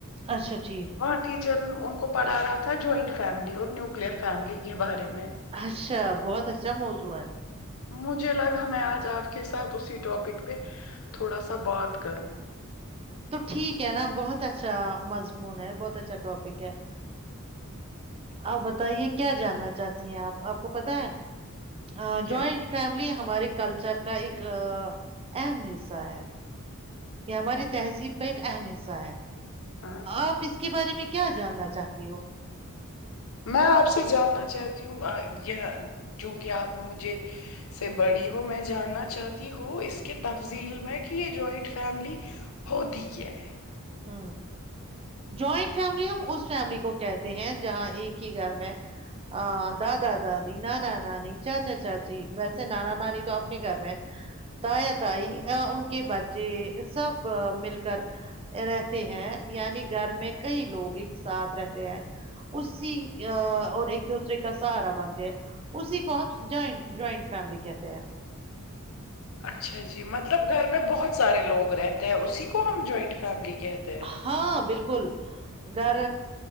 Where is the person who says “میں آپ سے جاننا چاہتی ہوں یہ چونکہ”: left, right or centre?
Left